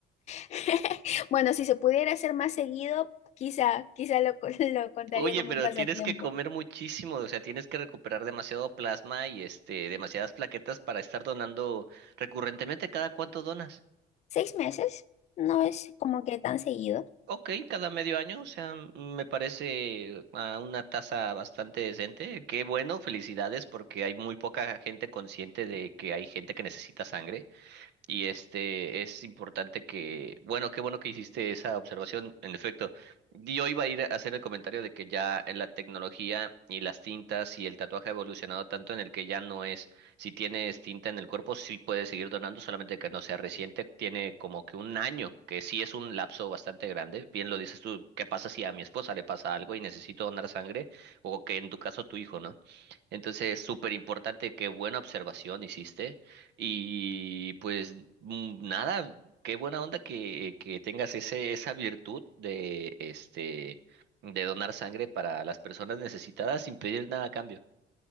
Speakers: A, on the left; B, on the right.
A: <laughs> Bueno, si se pudiera hacer más seguido, quizá, quizá lo, co- <laughs> lo contaría
B: Oye,
A: como
B: pero
A: un pasatiempo.
B: tienes que comer muchísimo, o sea, tienes que recuperar demasiado plasma y este, demasiadas plaquetas para estar donando recurrentemente. ¿Cada cuánto donas?
A: Seis meses no es como que tan seguido.
B: Ok, cada medio año, o sea, me parece a una tasa bastante decente. Qué bueno, felicidades, porque hay muy poca gente consciente de que hay gente que necesita sangre. Y este es importante que, bueno, qué bueno que hiciste esa observación, en efecto. Yo iba a ir a hacer el comentario de que ya en la tecnología y las tintas y el tatuaje ha evolucionado tanto en el que ya no es, si tienes tinta en el cuerpo, sí puedes seguir donando, solamente que no sea reciente, tiene como que un año, que sí es un lapso bastante grande. Bien lo dices tú, ¿qué pasa si a mi esposa le pasa algo y necesito donar sangre? O que en tu caso tu hijo, ¿no? Entonces, súper importante, qué buena observación hiciste. Y pues mm, nada, qué buena onda que, que tengas ese, esa virtud de este de donar sangre para las personas necesitadas sin pedir nada a cambio.